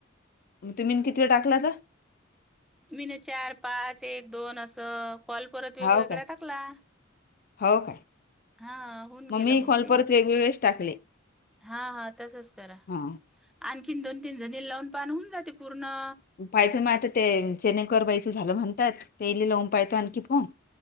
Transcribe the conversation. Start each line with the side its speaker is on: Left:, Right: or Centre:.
Left: मग तुम्ही किती वे टाकलाता.
Centre: मी ना चार पाच एक दोन असं कॉल परत
Left: हो
Centre: वेगवेगळा
Left: काय
Centre: टाकला.
Left: हो काय
Centre: हा होऊन
Left: मग
Centre: गेलं
Left: मी कॉल
Centre: ते
Left: परत वेगवेगळेच टाकले.
Centre: हा हा तसच करा
Left: हां
Centre: आणखीन दोन तीन जणीना लावून बघा होऊन जाते पूर्ण.
Left: पाहितो मग आता ते जचेनेकर बाईचं झालं म्हणतात इ ल लावन आणखी फोग.